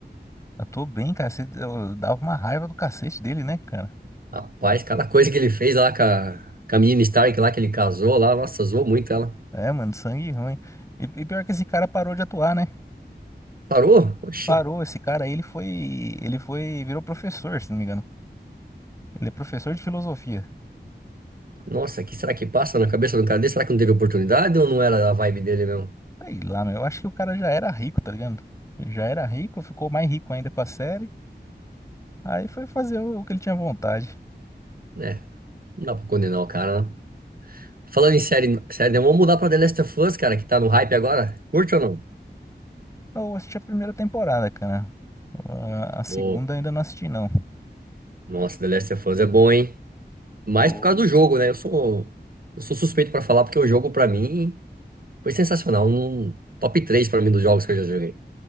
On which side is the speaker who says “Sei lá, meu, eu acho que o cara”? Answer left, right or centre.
Left